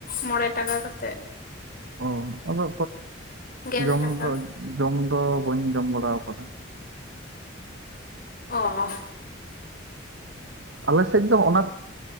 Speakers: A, on the left; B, on the right.
A: ᱢᱚᱬᱮ ᱴᱟᱠᱟ ᱠᱟᱛᱮᱫ। <inaudible>
B: ᱚ ᱟᱫᱚ
A: ᱜᱮᱞ
B: ᱡᱚᱢ
A: ᱴᱟᱠᱟ
B: ᱫᱚ ᱡᱚᱢ ᱫᱚ ᱵᱟᱹᱧ ᱡᱚᱢ ᱵᱟᱲᱟᱣ ᱠᱟᱫᱟ।
A: ᱚᱻ
B: ᱟᱞᱮ ᱥᱮᱫ ᱫᱚ ᱚᱱᱟ